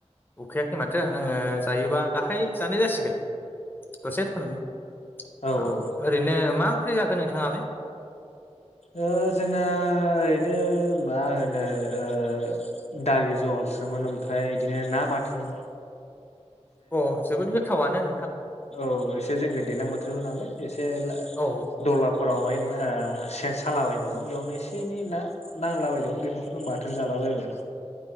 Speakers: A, on the left; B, on the left.
A: उखैयाखै माथो आङो जायोबा दाहाय जानाय जासिगोन दसे थानानै
B: औ
A: आ
B: औ
A: ओरैनो मा ओंख्रि जाखो नोंथाङालाय <unintelligible>
B: ओ जोंना ओरैनो मा होनो ओ दालि जहलसो सोमोन ओमफ्राय बिदिनो ना बाथोन
A: अ जोबोद गोथावनो नोंथां
B: औ एसे जेन दैलां बोथोरबो नालाय एसे ला
A: अ
B: दलाफोरावहाय ओ सेन सालाबायदोंमोन बेयावनो एसे एनै ना नांलाबायदोंमोन बेफोरखौनो बाथोन जालाबायबाय